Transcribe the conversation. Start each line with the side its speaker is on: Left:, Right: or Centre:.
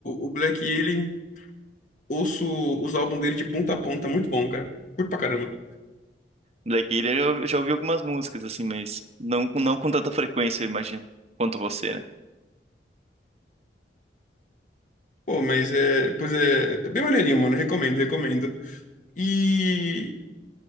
Left: o Black Alien, ouço os álbuns dele de ponta a ponta. Muito bom, cara. Curto pra caramba.
Right: Black Alien eu já ouvi algumas músicas, assim, mas não, não com tanta frequência, eu imagino, quanto você, né?
Left: Pô, mas é. Pois é, é bem maneirinho, mano. Recomendo, recomendo. E.